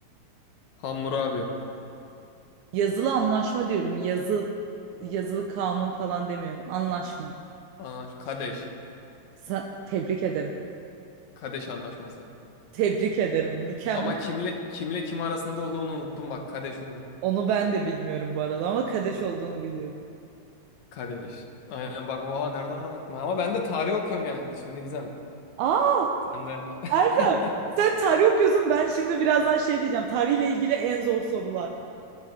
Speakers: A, on the left (about 65°); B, on the right (about 75°).
A: Hammurabi.
B: Yazılı anlaşma diyorum. Yazı yazılı kanun falan demiyorum. Anlaşma.
A: Aa, Kadeş.
B: Sa- tebrik ederim.
A: Kadeş anlaşması.
B: Tebrik ederim. Mükemmel.
A: Ama kimle kimle kim arasında olduğunu unuttum bak Kadeş oğlum.
B: Onu ben de bilmiyorum bu arada ama Kadeş olduğunu biliyordum.
A: Kadeş. Aynen bak oha nereden aklıma ama ben de tarih okuyorum yani şimdi Gizem.
B: Aa,
A: Sen de <laughs>
B: Erdem. Sen tarih okuyorsun. Ben şimdi birazdan şey diyeceğim. Tarihle ilgili en zor sorular.